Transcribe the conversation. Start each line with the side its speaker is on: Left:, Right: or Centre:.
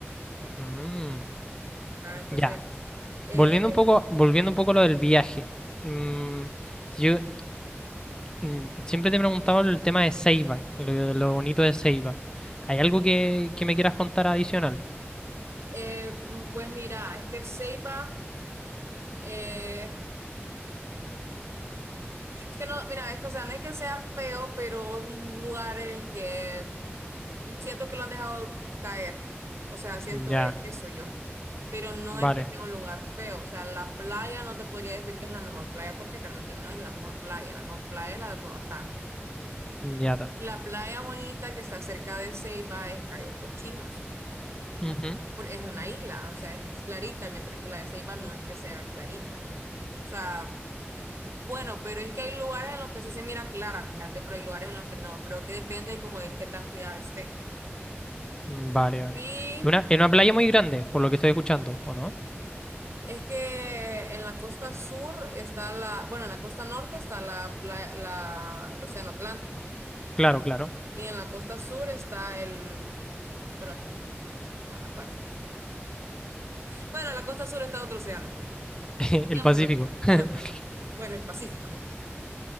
Left: Mm,
Right: Ajá, entonces,
Left: ya.
Right: eh,
Left: Volviendo un poco, volviendo un poco a lo del viaje. Mm, si yo mm, siempre te he preguntado el tema de Seiba, lo, lo bonito de Seiba. ¿Hay algo que, que me quieras contar adicional?
Right: Eh, mm, pues mira, es que Ceiba, eh, es que no, mira, es que, o sea, no es que sea feo, pero es un lugar en el que siento que lo han dejado caer. O sea, siento
Left: Ya,
Right: e- eso yo. Pero no
Left: vale.
Right: es que sea un lugar feo. O sea, la playa no te podría decir que es la mejor playa porque realmente no es la mejor playa. La mejor playa es la de Roatán.
Left: Ya
Right: La playa bonita que está cerca de Ceiba es Cayos Cochinos.
Left: está.
Right: por- Es una isla, o sea, es clarita, mientras que la de Ceiba no es que sea clarita. O sea, Bueno, pero es que hay lugares en los que sí se mira clara, fíjate, pero hay lugares en los que no. Creo que depende como de qué tan cuidada esté.
Left: Vale, vale.
Right: Y
Left: En una, en una playa muy grande, por lo que estoy escuchando, ¿o no?
Right: es que en la costa sur está la, bueno, en la costa norte está la, playa- la, el Océano Atlántico.
Left: Claro, claro.
Right: Y en la costa sur está el, espérate, no me acuerdo. Bueno, en la costa sur está otro océano.
Left: <laughs>
Right: Digámoslo,
Left: El Pacífico.
Right: no me acuerdo.
Left: <laughs>
Right: Bueno, el Pacífico.